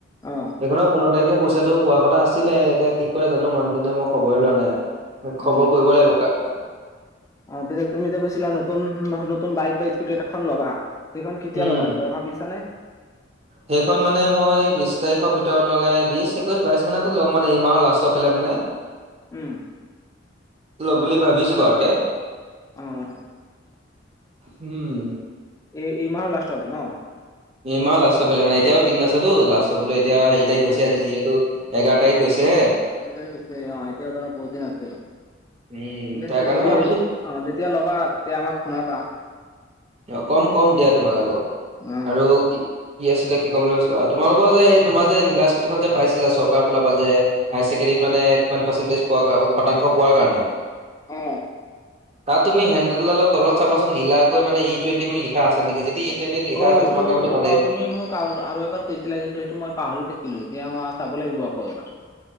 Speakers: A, on the left; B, on the right.
A: অ
B: এইখনো পোন্ধৰ তাৰিখে পইচাটো পোৱা কথা আছিলে। এতিয়া কি কৰে জানো মানুহজনে মই খবৰে লোৱা নাই। খবৰ
A: অ
B: কৰিব লাগিব কা
A: অ' পিছে তুমি যে কৈছিলা নতুন নতুন বাইক বা স্কুটি এখন ল'বা। সেইখন কেতিয়া
B: উম
A: ল'বা, কিবা ভাবিছানে?
B: সেইখন মানে মই বিশ তাৰিখৰ ভিতৰত নহ'লে বিশ, একৈচ, বাইচ মানতো ল'ম মানে এই মাহৰ লাষ্টৰ ফালে মানে। <inaudible>
A: উম।
B: ল'ম বুলি ভাবিছোঁ বাৰু তে।
A: উম।
B: উম।
A: এই এই মাহৰ লাষ্টত ন।
B: এইমাহ লাষ্টৰ ফালে মানে, এতিয়া দিন আছেতো লাষ্ট পিলে এতিয়া হেৰি তাৰিখ
A: অ
B: হৈছে আজি যিহেতু। এঘাৰ তাৰিখ হৈছে হে।
A: এঘাৰৰ তাৰিখ হৈছে অ' এতিয়া ধৰা বহুত দিন আছে ঠিক
B: উম তাৰ
A: আছে।
B: কাৰণে
A: যদি
B: ভাবিছো
A: অ' যেতিয়া ল'বা তেতিয়া আমাক খোনাবা।
B: অ' কম কম দিয়া তোমালোকক
A: অ
B: আৰু কি কি আছিলে কি কম বুলি ভাবিছিলোঁ কি কি আছিলে কি কম বুলী ভাবিছিলোঁ অ' তোমালোকৰ যে এই তোমাৰ যে নীলা ইষ্কুটিখন যে পাইছিলা চৰকাৰৰ ফালৰ পৰা যে হায় ছেকেণ্ডেৰী মানে কিমান পাৰ্চেণ্টেজ পোৱাৰ কাৰণে শতাংশ পোৱাৰ কাৰণে
A: অ'
B: তাত তুমি হেণ্ডেলডালৰ তলত চাবাছোন নীলাকৈ মানে ই টুৱেন্টি লিখা আছে নেকি যদি টুৱেণ্টিত লিখা
A: অ'
B: আছে
A: এইটো
B: তোমাৰ কাৰণেতো ভালেই।
A: অ' তুমি মোক। আৰু এবাৰ কৈছিলা। কিন্তু সেইটো মই পাহৰি থাকিলোঁ এতিয়া চাব লাগিব আকৌ এবাৰ।